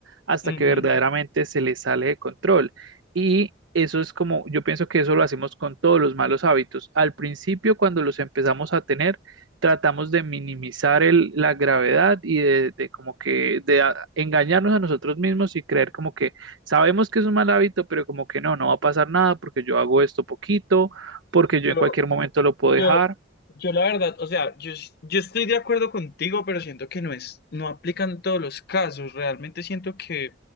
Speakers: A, on the right; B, on the left.
A: hasta
B: Ujú.
A: que verdaderamente se les sale de control. Y eso es como, yo pienso que eso lo hacemos con todos los malos hábitos. Al principio, cuando los empezamos a tener, tratamos de minimizar el- la gravedad y de, de como que de a- engañarnos a nosotros mismos y creer como que sabemos que es un mal hábito, pero como que no, no va a pasar nada porque yo hago esto poquito, porque
B: Yo,
A: yo en cualquier momento lo puedo dejar.
B: Yo, yo la verdad, o sea, yo, s- yo estoy de acuerdo contigo, pero siento que no es, no aplican todos los casos. Realmente siento que